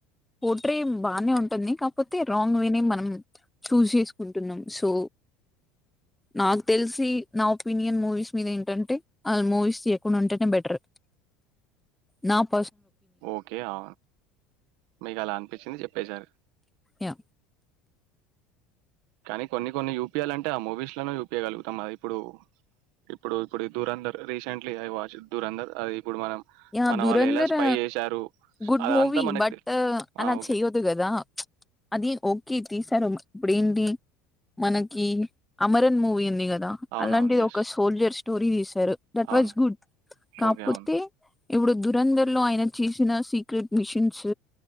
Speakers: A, in the centre; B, on the right.
A: పోట్రే బాగానే ఉంటుంది కాకపోతే రాంగ్ వేనే మనం చూజ్ చేసుకుంటున్నాం సో నాకు తెలిసి నా ఒపీనియన్ మూవీస్ మీద ఏంటంటే వాళ్ళు మూవీస్ తీయకుండా ఉంటేనే బెటర్ నాపు
B: ఓకే ఆ మీకు అలా అనిపించింది చెప్ బేజారు
A: యా
B: కానీ కొన్ని కొన్ని యూపియలే అంటే ఆ మూవీస్ లోనే యూపీయ గలుగుతాం అది ఇప్పుడు ఇప్పుడు ఇప్పుడు ఈ Dhurandhar recently I watch Dhurandhar అది ఇప్పుడు మనం
A: య
B: మన
A: దురంధర్
B: వాళ్ళు ఎలా స్పై చేశారు
A: గుడ్
B: అదంతా
A: మూవీ
B: మనకు
A: బట్
B: తె
A: అలా
B: ఆ ఓకే
A: చెయ్యదు కదా అది ఓకే తీసారు ఇప్పుడు ఏంటి మనకి అమరన్ మూవీ ఉంది గా లా
B: అవునవును
A: అలాంటి
B: ఎస్
A: ఒక సోల్జర్స్ స్టోరీ తీస్ పెరు దట్
B: అవును
A: వాస్ గుడ్ కాపోతే
B: ఓకే అవును
A: ఇప్పుడు దురంధర్ లో ఆయన చేసిన సీక్రెట్ మిషిన్స్